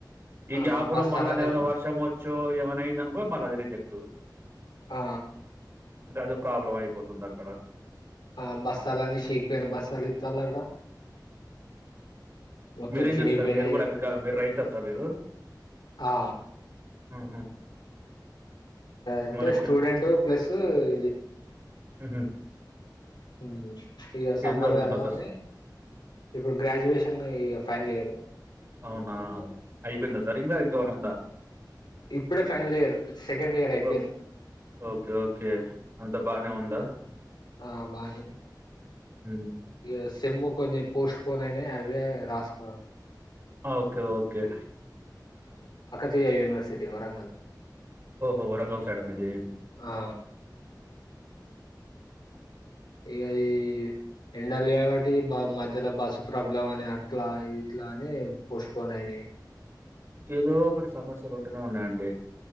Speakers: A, on the right; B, on the left.
A: ఈ
B: ఆ
A: గ్యాప్లో
B: బస్తాలని
A: మల్ల అదేమన్నా వర్షము చో ఏమన్నా అయిందనుకో మళ్ళ అది రిజెక్ట్
B: ఆ
A: ఇంకా అదో ప్రాబ్లం అయిపోతుంది అక్కడ
B: ఆ బస్తాలన్నీ షికిపోయినా బస్తాలిత్తలాటా మొత్తం
A: మీరేం
B: చినిగిపోయినాయి
A: చేస్సారు మీరు కూడా అగ్రికల్ మీరు రైతారు సార్ మీరు
B: ఆ
A: ఉహు
B: అంటే
A: ఇప్పుడు
B: స్టూడెంట్ ప్లస్సు ఇది
A: మ్హూ.
B: హు ఇగ సమ్మర్
A: ఏం చదువుతున్నా
B: కాద
A: సార్
B: అని ఇప్పుడు గ్రాడ్యుయేషన్ ఇగ ఫైనల్ ఇయర్
A: అవునా అయిపోయిందా సార్ ఇంకా ఇంకేమన్నా ఉందా
B: ఇప్పుడే ఫైనల్ ఇయర్ సెకండ్ ఇయర్ ఐపేయింద్
A: ఓ, ఓకే ఓకే అంత బానే ఉందా
B: ఆ బానే ఉం
A: మ్మ్.
B: ఇగ సేమ్ము కొన్ని పోస్టుపోన్ అయినాయి అవ్వే రాసుకున్నాను
A: ఓకే ఓకే
B: తీయ యూనివర్సిటీ వరంగల్
A: ఓహో వరంగల్ సైడా మిది
B: ఆ! ఏ ఐ ఎండలు చేయవట్టి బ మధ్యలో బస్సు ప్రాబ్లం అని అట్లా ఇట్లా అని పోస్ట్పోన్ అయినాయి
A: ఏదో ఒకటి సమస్యలు ఉంటూనే ఉన్నాయండి